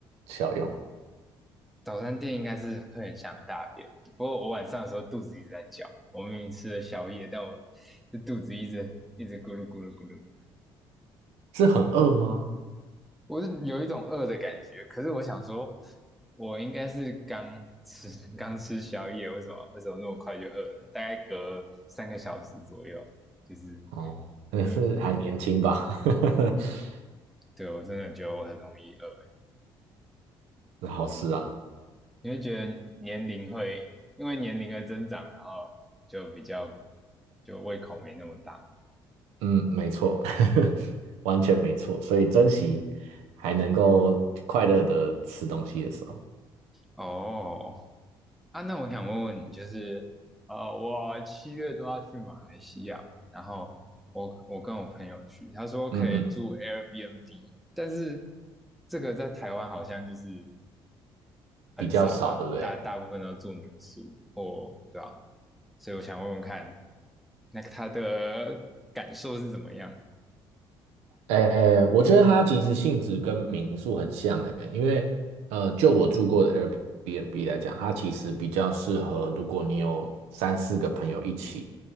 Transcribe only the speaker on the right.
效用，
是很饿吗？
哦，也是还年轻吧，
<laughs>
是好事啊。
嗯，没错，<laughs> 完全没错。所以珍惜还能够快乐的吃东西的时候，
嗯嗯，
比较少，对不对？
诶，我觉得它其实性质跟民宿很像诶，因为呃，就我住过的 Airbnb 来讲，它其实比较适合，如果你有三四个朋友一起